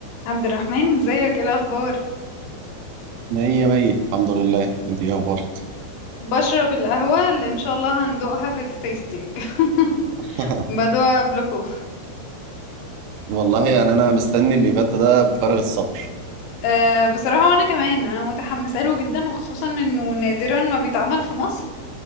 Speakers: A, on the left; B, on the right.
A: عبد الرحمن ازيك ايه الاخبار
B: مية مية الحمد لله انت ايه اخبارك
A: بشرب القهوة اللي ان شاء الله هندوقها في التيستينج
B: <laughs>
A: <laughs> بدوقها قبلكوا
B: والله يعني انا مستني الايفنت ده بفارغ الصبر
A: أه بصراحة وانا كمان انا متحمسة له جدا وخصوصا انه نادرا ما بيتعمل في مصر